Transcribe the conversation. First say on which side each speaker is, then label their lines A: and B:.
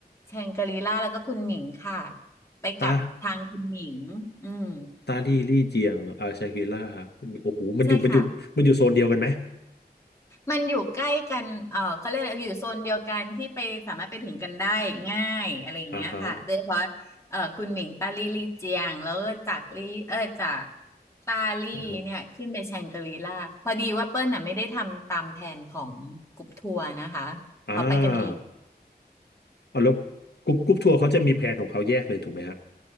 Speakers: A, on the left (about 15°); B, on the left (about 80°).
A: แชงกรีล่าแล้วก็คุณหมิงค่ะไปกับทางคุณหมิงอืม
B: ตา ตาลี่ลี่เจียงอ่าชังกรีล่าโอ้โหมันอยู่มันอยู่มันอยู่โซนเดียวกันไหม
A: ใช่ค่ะ มันอยู่ใกล้กันเออเขาเรียกอะไรอยู่โซนเดียวกันที่ไปสามารถไปถึงกันได้ง่ายอะไรอย่างเงี้ยค่ะโดยเฉพาะเออคุณหมิงตาลี่ลี่เจียงแล้วก็จากลี่เออจาก
B: อ่าฮะ
A: ตาลี่เนี่ยขึ้นไปแชงกรีล่าพอดีว่าเปิ้ลน่ะไม่ได้ทำตามแผนของกลุ่มทัวร์นะคะเขาไปกันเอง
B: อ่าฮะอ่าเอาแล้วกรุ๊ปกรุ๊ปทัวร์เขาจะมีแผนของเขาแยกเลยถูกไหมฮะ